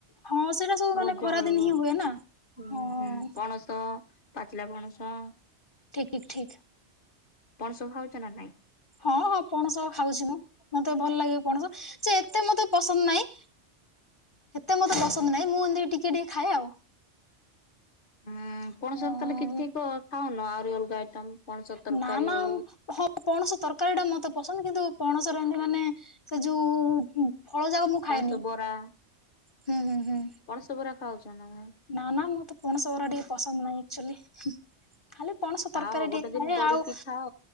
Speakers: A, on the left; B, on the left.
A: ହଁ ସେଇଟା ସବୁ
B: ରଜ
A: ମାନେ ଖରାଦିନେ
B: ବେଳକୁ।
A: ହିଁ ହୁଏ ନା?
B: ହୁଁ
A: ହଁ
B: ହୁଁ, ପଣସ ପାଚିଲା ପଣସ।
A: ଠିକ୍ ଠିକ୍।
B: ପଣସ ଖାଉଚ ନା ନାଇଁ?
A: ହଁ ହଁ ପଣସ ଖାଉଚି ମୁଁ ମତେ ଭଲ ଲାଗେ ପଣସ। ଯେ ଏତେ ମତେ ପସନ୍ଦ ନାଇଁ। ଏତେ ମତେ
B: ହୁଁ
A: ପସନ୍ଦ
B: ହୁଁ।
A: ନାଇଁ ମୁଁ ଏମତିି ଟିକେ ଟିକେ ଖାଏ ଆଉ।
B: ଉଁ
A: ଆଉ
B: ପଣସରେ ତାହେଲେ କିଛି ତ ଖାଉନ ଆହୁରି ଅଲଗା ଆଇଟମ୍ ପଣସ ତର୍କାରୀ
A: ନା ନା
B: ହଉ?
A: ହଁ ପଣସ ତର୍କାରୀ ଟା ମତେ ପସନ୍ଦ କିନ୍ତୁ ପଣସର ଏମିତି ମାନେ ସେ ଯୋଉ ଉଁ ଫଳ ଯାକ ମୁଁ ଖାଏନି।
B: ପଣସ ବରା
A: ହୁଁ ହୁଁ ହୁଁ।
B: ପଣସ ବରା ଖାଉଛ ନା ନାଇଁ?
A: ନା ନା ମତେ ପଣସ ଉରା ଟିକେ ପସନ୍ଦ ନାହିଁ ଏକ୍ଚୋଲି ହୁଁ ଖାଲି ପଣସ
B: ଖାଅ
A: ତର୍କାରୀ
B: ଗୋଟେ
A: ଟିକେ ଖାଏ
B: ଦିନ କରିକି
A: ଆଉ
B: ଖାଅ